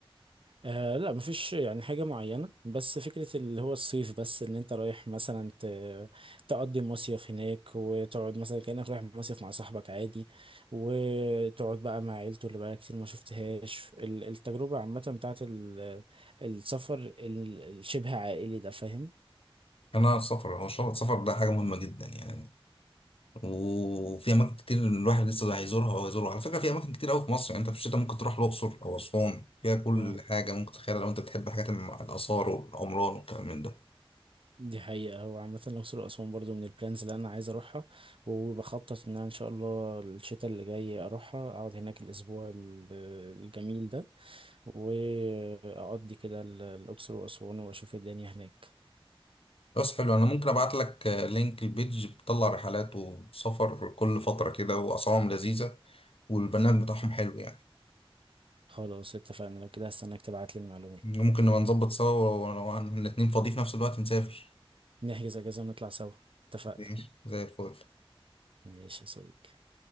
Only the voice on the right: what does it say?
آه لا مفيش يعني حاجة معينة بس فكرة اللي هو الصيف بس ان انت رايح مثلا ت- تقضي مصيف هناك وتقعد مثلا كأنك رايح مصيف مع صاحبك عادي وتقعد بقى مع عيلته اللي بقى كتير ما شفتهاش ال- التجربة عامة بتاعت ال- السفر ال- الشبه عائلي ده فاهم
اه
دي حقيقة هو عامة الأقصر وأسوان برضو من البلانز اللي أنا عايز أروحها وبخطط إن أنا إن شاء الله الشتاء اللي جاي أروحها أقعد هناك الأسبوع ال- الجميل ده واقضي كده ال- الاقصر واسوان واشوف الدنيا هناك
خلاص اتفقنا لو كده هستناك تبعت لي المعلومات
نحجز اجازة ونطلع سوا اتفقنا
ماشي يا صديقي